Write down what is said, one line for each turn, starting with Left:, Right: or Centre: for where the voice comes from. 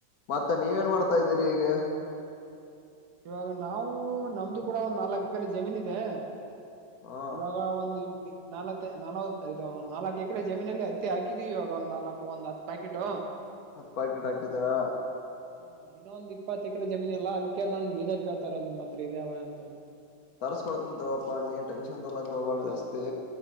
Left: ಮತ್ತ ನೀವೇನ್ ಮಾಡ್ತಾ ಇದ್ದೀರಿ ಈಗ
Right: ಇವಾಗ ನಾವು ನಮ್ದು ಕೂಡ ನಾಲ್ಕ ಎಕರೆ ಜಮೀನ್ ಇದೆ
Left: ಹ
Right: ಇವಾಗ ಒಂದ ಇ ನಾಲವತ್ತ ನಲವತ್ತ ಇದು ನಾಲ್ಕಕ ಎಕರೆ ಜಮೀನಲ್ಲಿ ಹತ್ತಿ ಹಾಕಿದೀವಿ ಇವಾಗ ಒಂದ್ ನಾಲ್ಕ ಒಂದು ಹತ್ ಪಾಕೆಟ್
Left: ಪಾಕೆಟ್ ಹಾಕಿದ್ಯಾ
Right: ಹಾ ಇನ್ನೊಂದ್ ಇಪ್ಪತ್ತ ಎಕರೆ ಜಮೀನ್ ಇಲ್ಲಾ ಅದಕ ನಾನ್ ಬೀಜ ಕೇಳ್ತಾ ಇರೋದು ನಿಮ್ ಹತ್ರ ಇದೇವ ಅಂತಾ ಹೇಳಿ
Left: ತರಿಸಸ್ಕೊಡತಿನಿ ತಗೋರಪ್ಪ ನಿ ಟೆನ್ಷನ್ ತೊಲಕ ಹೋಗಬೇಡ ಜಾಸ್ತಿ